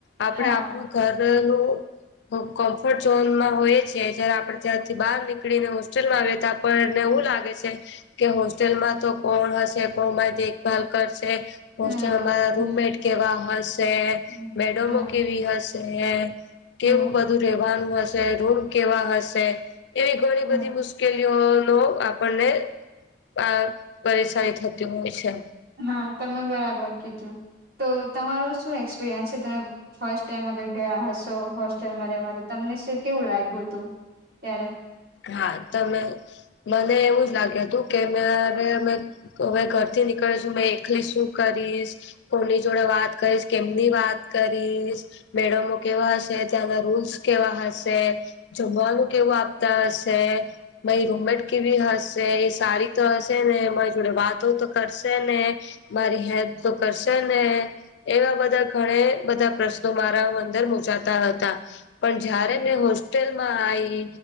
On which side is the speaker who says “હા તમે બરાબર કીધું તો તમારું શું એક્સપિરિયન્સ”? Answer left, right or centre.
Right